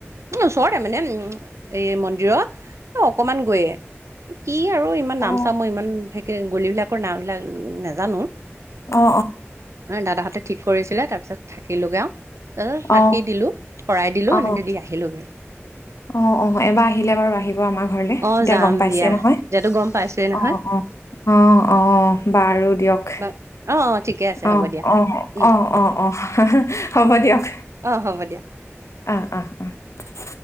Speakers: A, on the right (about 75°); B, on the left (about 80°).
A: উম ওচৰতে মানে উম এই মন্দিৰৰ অ অকমান গৈয়ে। ই আৰু ইমান
B: অ
A: নাম-চাম মই ইমান ফেকে গলিবিলাকৰ নামবিলাক উম নাজানো।
B: অ অ
A: অ' দাদাহঁতে ঠিক কৰিছিলে। তাৰ পিছত থাকিলোঁগে আও। তাৰপছত
B: অ
A: চাকি
B: অ
A: দিলোঁ, শৰাই দিলোঁ,
B: অ
A: এনেকে দি আহিলগে।
B: অ' - অ' এবাৰ আহিলে বাৰু আহিব আমাৰ ঘৰলে। এতিয়া
A: অ', যাম
B: গম পাইছে
A: দিয়া।
B: নহয়।
A: এতিয়াতো গম পাইছোৱে নহয়
B: অ' - অ', অ' - অ', বাৰু দিয়ক।
A: বা- অ' ঠিকে আছে
B: অ'
A: হ'ব দিয়া
B: - অ' -
A: উম,
B: অ' - অ' - অ' হ'ব দিয়ক।
A: অ', হ'ব দিয়া।
B: অ' - অ' - অ'।